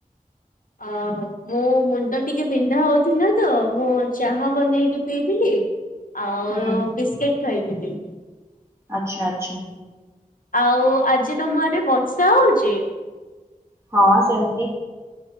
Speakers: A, on the left; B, on the right.
A: ଅଁ ମୁଁ ମୁଣ୍ଡ ଟିକେ ବିନ୍ଧା ହଉଥିଲା ତ ମୁଁ ଚାହା ବନେଇକି ପିଇଥିଲି। ଆଉ
B: ହୁଁ।
A: ବିସ୍କିଟ ଖାଇଥିଲି।
B: ଆଚ୍ଛା ଆଚ୍ଛା।
A: ଆଉ ଆଜି ତମ ଆଡ଼େ ବର୍ଷା ହଉଛି?
B: ହଁ ସେମିତି।